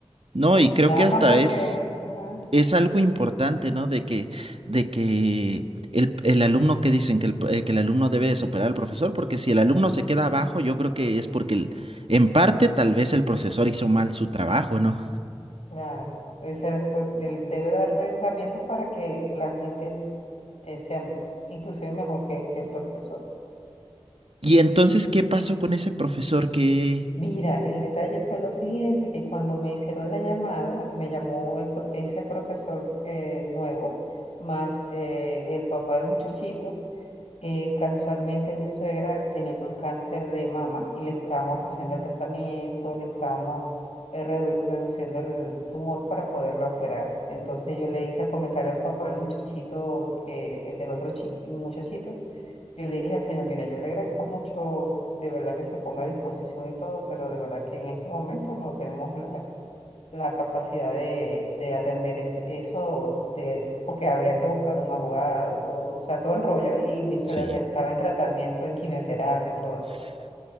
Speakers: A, on the right; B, on the left.
A: No, y creo
B: nada
A: que hasta
B: más porque,
A: es.
B: ajá,
A: es algo importante, ¿no? De que, de que el, el alumno que dicen que el, eh, que el alumno debe de superar al profesor, porque si el alumno se queda abajo, yo creo que es porque el- en parte tal vez el profesor hizo mal su trabajo, ¿no?
B: claro, exacto, de- debe darle herramientas para que la gente s- eh, sea inclusive mejor que, que el profesor.
A: Y entonces, ¿qué pasó con ese profesor que...
B: Mira, el detalle fue lo siguiente, que cuando me hicieron la llamada, me llamó el pro- ese profesor eh, nuevo, más eh, el papá del muchachito, eh, casualmente mi suegra tenía un cáncer de mama y le estábamos haciendo el tratamiento, le estábamos eh, redu- reduciendo el tumor para poderla operar. Entonces yo le hice el comentario al papá del muchachito, que, eh, del otro chi- muchachito, yo le dije al señor, mira, yo le agradezco mucho, de verdad que se ponga a disposición y todo, pero de verdad que en este momento no tenemos la, la capacidad de, de atender es- eso, de, porque habría que buscar un abogado, todo, o sea, todo el rollo, y mi suegra
A: Sí.
B: te- estaba en tratamiento, en quimioterapia y todo eso.
A: s-